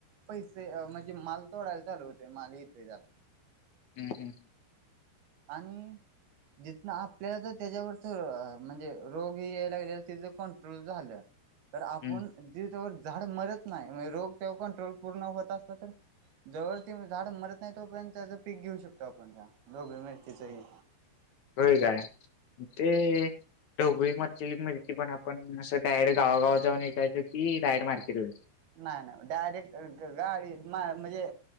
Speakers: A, on the right; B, on the left.
A: पैसे म्हणजे माल तोडायला चालू होते माल येतोय त्याला.
B: हम् हम्म.
A: आणि जिथनं आपल्याला जर त्याच्यावरच म्हणजे रोग हे यायलागलेलं ति जर कंट्रोल झालं तर आपण
B: हम्म
A: जे जवर झाड मरत नाही म्हणे रोग तेव्हा कंट्रोल पूर्ण होत असत तर जवर ती झाड मरत नाही तोपर्यंत त्याचं पीक घेऊ शकतो आपण त्या ढोबळी मिर तीच ई.
B: होय काय ते ढोबळी मरची मिरची पण आपण असं डायरेक्ट गावागावात जाऊन विकायचं की डायरेक्ट मार्केटला
A: नाही नाही डायरेक्ट गा गाडी मा म्हणजे